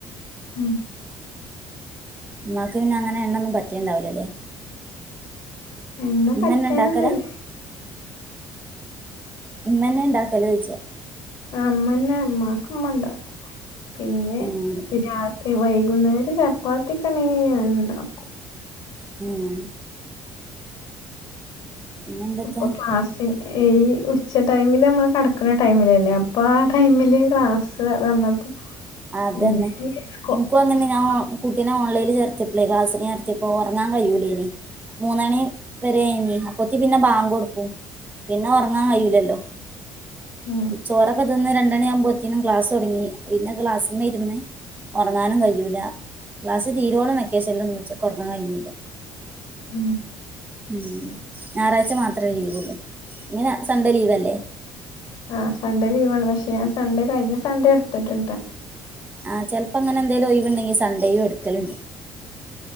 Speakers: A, on the left (about 70°); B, on the right (about 25°).
A: ഉം..
B: ഉമ്മാക്ക് പിന്നെ അങ്ങനെ എണ്ണന്നും പറ്റേണ്ടാവില്ലല്ലേ.
A: എണ്ണ
B: ഇമ്മ
A: പറ്റാനൊന്നുമില്ല
B: തന്നെ ഉണ്ടാക്കലാ ഉമ്മ തന്നെ ഉണ്ടാക്കല് ചോദിച്ചതാ-
A: ആ ഉമ്മ തന്നെ ഉമ്മാക്ക് ഉണ്ടാക്കും പിന്നെ
B: ഉം
A: ആ രാത്രി- വൈകുന്നേരം ചപ്പാത്തിയാണെങ്കിൽ ഞാൻ ഉണ്ടാക്കും.
B: ഉം. പിന്നെന്തൊക്കെ
A: അപ്പോ ക്ലാസ്സ്- പിന്നെ ഈ ഉച്ച ടൈമിൽ നമ്മൾ കിടക്കുന്ന ടൈമിലല്ലേ അപ്പോൾ ആ ടൈമിൽ ക്ലാസ്സ് വന്നപ്പോ-
B: അതന്നെ
A: പിന്നെ ഈ സ്കൂ
B: ഇന്ക്കും അങ്ങനെ
A: സ്കൂ
B: ഞാൻ- കുട്ടീനെ ഓൺലൈനിൽ ചേർതിയപ്പോ ക്ലസ്റ്റിന് ചേർതിയപ്പോ ഉറങ്ങാൻ കഴിയൂ ലേനീ. മൂന്നണി വരെ ആയിനു. അപോത്തി പിന്നെ ബാങ്ക് കൊടുക്കും പിന്നെ ഉറങ്ങാൻ കഴിലുല്ലോ
A: ഉം
B: ചോർ ഒ ക്കെ- തിന്ന് രണ്ടുമണി ആയപ്പത്തേക്കും ക്ലാസ് തുടങ്ങി പിന്നെ ക്ലാസ്സിൽ ഇരുന്ന് ഉറങ്ങാനും കഴിയൂല്ല. ക്ലാസ് തീരുവോളം വെക്കേഷനിൽ ഒന്നും ഉച്ചയ്ക്ക് ഉറങ്ങാൻ കഴിഞ്ഞില്ല.
A: ഉം ഉം..
B: ഉം ഞായറാഴ്ച്ച മാത്രേ ലീവൊള്ളൂ നീ സൺഡേ ലീവല്ലേ.
A: ആഹ് സൺഡേ ലീവാണ് പക്ഷേ ഞാൻ സൺഡേ കഴിഞ്ഞ സൺഡേ എട്ത്തിട്ട്ണ്ട്.
B: ആഹ് ചെലപ്പ അങ്ങനെ എന്തേലും ഒഴിവ്ണ്ടെങ്കി സൺഡേയും എടുക്കലുണ്ട്.